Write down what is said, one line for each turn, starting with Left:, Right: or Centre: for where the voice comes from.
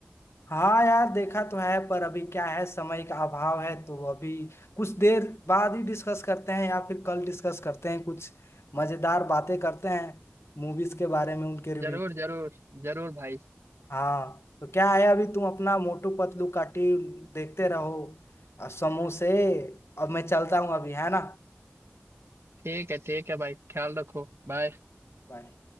Left: हाँ यार देखा तो है पर अभी क्या है समय का अभाव है तो अभी कुछ देर बाद ही डिस्कस करते हैं या फिर कल डिस्कस करते हैं कुछ मजेदार बातें करते हैं मूवीज के बारे में उनके रिव्यू
Right: जरूर जरूर जरूर भाई
Left: हाँ तो क्या है अभी तुम अपना मोटू पतलू काटी देखते रहो और समोसे अब मैं चलता हूँ अभी है ना
Right: ठीक है ठीक है भाई ख्याल रखो बाय
Left: बाय